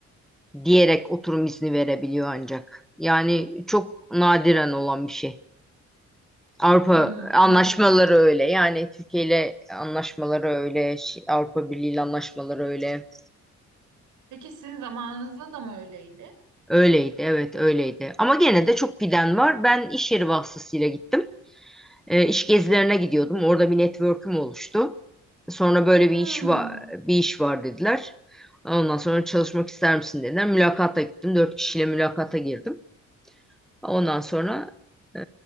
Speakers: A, in the centre; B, on the right.
A: diyerek oturum izni verebiliyor ancak. Yani çok nadiren olan bir şey. Avrupa
B: Hmm,
A: anlaşmaları
B: anladım.
A: öyle. Yani Türkiye ile anlaşmaları öyle, şey- Avrupa Birliği ile anlaşmaları öyle.
B: Peki sizin zamanınızda da mı öyleydi?
A: Öyleydi, evet öyleydi. Ama gene de çok giden var. Ben iş yeri vasıtasıyla gittim. E, iş gezilerine gidiyordum. Orada bir network'üm oluştu. Sonra böyle bir
B: Hmm,
A: iş var, bir iş var dediler. Ondan sonra çalışmak ister misin dediler. Mülakata gittim. Dört kişiyle mülakata girdim. Ondan sonra e,